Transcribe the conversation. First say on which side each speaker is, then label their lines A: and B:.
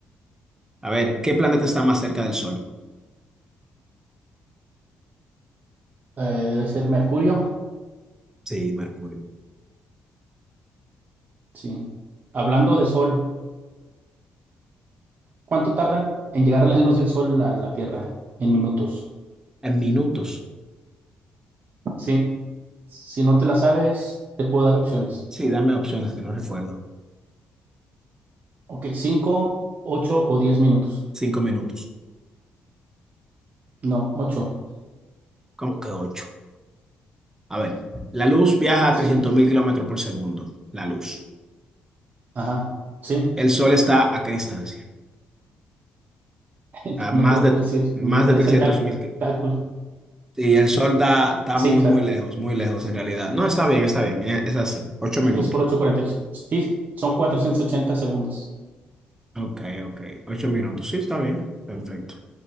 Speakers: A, on the right (about 15°); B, on the right (about 50°).
A: a ver, ¿qué planeta está más cerca del Sol?
B: Eh, debe ser Mercurio.
A: Sí, Mercurio.
B: Sí. Hablando de Sol. ¿Cuánto tardan en llegar la luz del sol a la Tierra? En minutos.
A: En minutos.
B: Sí. Si no te la sabes, te puedo dar opciones.
A: Sí, dame opciones que no recuerdo.
B: Ok, Cinco, 8 o 10 minutos.
A: Cinco minutos.
B: No, ocho.
A: ¿Cómo que ocho? A ver, la luz viaja a
B: Sí.
A: 300.000 kilómetros por segundo. La luz.
B: Ajá. Sí.
A: ¿El sol está a qué distancia?
B: <laughs>
A: A
B: No
A: más
B: te lo
A: de,
B: puedo decir.
A: más
B: Ni el
A: de trescientos
B: cal-
A: mil
B: cálculo.
A: y el sol da- está
B: Sí,
A: muy,
B: o sea,
A: muy lejos, muy lejos en realidad. No, está bien, está bien. eh, Es así. Ocho minutos.
B: 6 por ocho, cuarenta y ocho. Sí, son cuatrocientos ochenta segundos.
A: Ok, ok. Ocho minutos. Sí, está bien. Perfecto.